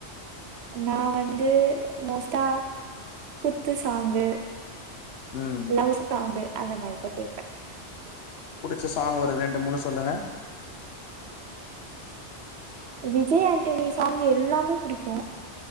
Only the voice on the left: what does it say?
ம்
புடுச்ச சாங் ஒரு ரெண் டு மூணு சொல்லுங்க